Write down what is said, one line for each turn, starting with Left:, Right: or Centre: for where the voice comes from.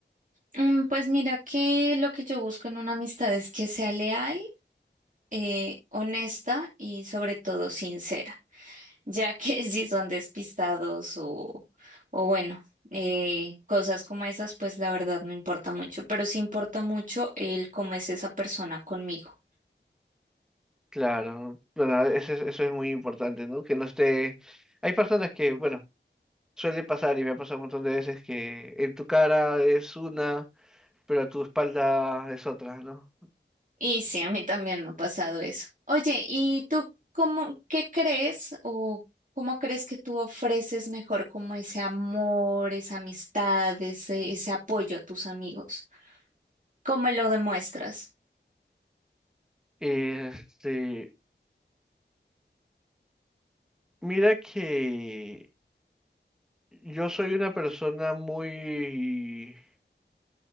Right: Mm, Pues mira que lo que yo busco en una amistad es que sea leal, eh, honesta y sobre todo sincera, ya que <laughs> si son despistados o, o bueno, eh, cosas como esas, pues la verdad no importa mucho, pero sí importa mucho el cómo es esa persona conmigo.
Centre: Claro, bueno, eso es, eso es muy importante, ¿no? Que no esté... Hay personas que, bueno, suele pasar y me ha pasado un montón de veces que en tu cara es una, pero a tu espalda es otra, ¿no?
Right: Y sí, a mí también me ha pasado eso. Oye, ¿y tú cómo, qué crees o cómo crees que tú ofreces mejor como ese amor, esa amistad, ese, ese apoyo a tus amigos? ¿Cómo lo demuestras?
Centre: Este, mira que yo soy una persona muy...